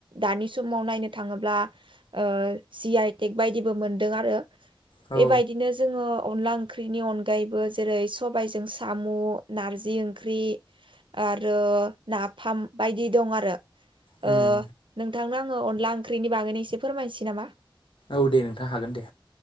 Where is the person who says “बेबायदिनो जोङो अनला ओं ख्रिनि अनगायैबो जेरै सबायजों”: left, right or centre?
Right